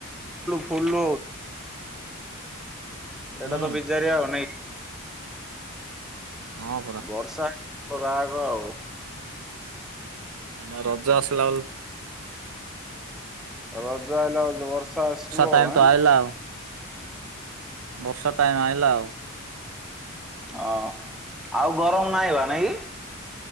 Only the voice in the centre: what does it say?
ଓ ଖୋଲ ସେଇଟା
ତ ବିଜାରିଆ ଆଉ ନାଇଁ କି
ବର୍ଷା ରାଗ ଆଉ-
ରଜ ଆଇଲା ବୋଲି ତ ବର୍ଷା ଆସିବ
ଆଁ
ହ ଆଉ ଗରମ ନାଇଁ ବା ନାଇଁ କି?